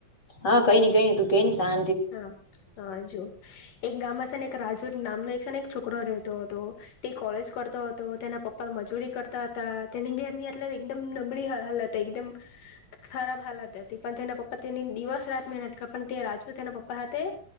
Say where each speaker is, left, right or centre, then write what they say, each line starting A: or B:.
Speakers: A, on the left; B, on the left.
A: હા, કઈ નઈ, કઈ ન તું કઈ સા
B: હા, હા જોુ એક ગામ છે, ને રાજુ નામનો એક એક છોકરો રહેતો હતો, તે કોલેજ કરતો હતો, તેના પપ્પા મજૂરી કરતા હતા તેની ઘેરની આટલે એકદમ નબળી હાલત, એકદમ ખરાબ હાલત હતી, પણ તેના પપ્પા તેની દિવસ રાત મેં નટક પણ, તે રાજુ તેના પપ્પા સાથે